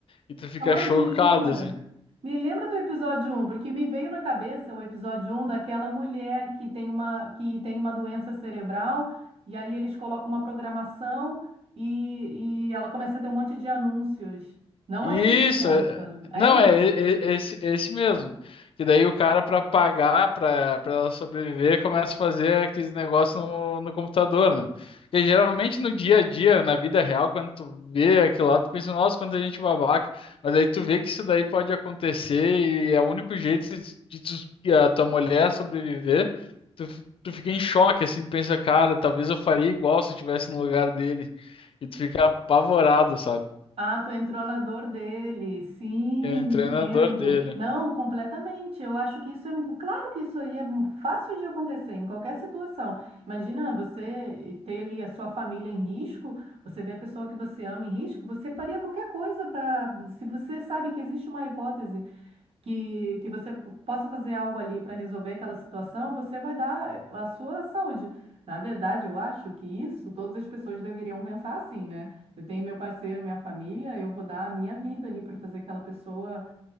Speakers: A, on the left; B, on the right.
A: E tu fica
B: Calma
A: chocado,
B: aí, me lembra.
A: assim.
B: Me lembra do episódio um, porque me veio na cabeça o episódio um daquela mulher que tem uma, que tem uma doença cerebral, e aí eles colocam uma programação e, e ela começa a ter um monte de anúncios. Não
A: Isso,
B: é esse, então,
A: é-
B: o episódio um?
A: não,
B: É
A: é, é- é é esse, é esse mesmo. Que daí o cara, para pagar, para para ela sobreviver, começa a fazer aqueles negócios no, no computador, né? Porque geralmente no dia a dia, na vida real, quando tu vê aquilo lá, tu pensa, nossa, quanta gente babaca. Mas aí tu vê que isso daí pode acontecer e é o único jeito de, de tu, de a tua mulher sobreviver. Tu, f- tu fica em choque, assim, tu pensa, cara, talvez eu faria igual se eu estivesse no lugar dele. E tu fica apavorado, sabe?
B: Ah, tu entrou na dor dele. Sim,
A: É
B: entendo.
A: o treinador dele.
B: Não, completamente. Eu acho que isso é, claro que isso aí é fácil de acontecer em qualquer situação. Imagina você ter ali a sua família em risco, você vê a pessoa que você ama em risco, você faria qualquer coisa para, se você sabe que existe uma hipótese que, que você p- possa fazer algo ali para resolver aquela situação, você vai dar a sua saúde. Na verdade, eu acho que isso todas as pessoas deveriam pensar assim, né? Eu tenho meu parceiro, minha família, eu vou dar a minha vida ali para fazer aquela pessoa